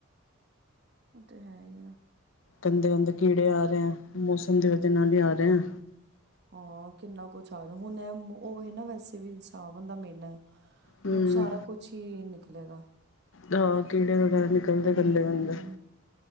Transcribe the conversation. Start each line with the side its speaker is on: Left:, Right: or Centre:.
Right: ਉਹ ਤਾਂ ਹੈ ਹੀ ਆ।
Left: ਗੰਦੇ- ਗੰਦੇ ਕੀੜੇ ਆ ਰਹੇ ਹੈ, ਮੌਸਮ ਦੀ ਵਜਾ ਨਾਲ ਹੀ ਆ ਰਹੇ ਹੈ।
Right: ਹਾਂ ਕਿੰਨਾ ਕੁਛ ਆ ਜਾ ਹੁਣ ਉਹ ਨਾ ਵੈਸੇ ਵੀ ਇ ਸਾਵਨ ਦਾ ਮਹੀਨਾ,
Left: ਹਮ
Right: ਹੁਣ ਸਾਰਾ ਕੁਛ ਹੀ ਨਿਕਲੇਗਾ।
Left: ਹਹ ਕੀੜੇ ਵਗੈਰਾ ਨਿਕਲਦੇ
Right: ਹਮ
Left: ਗੰਦੇ -ਗੰਦੇ,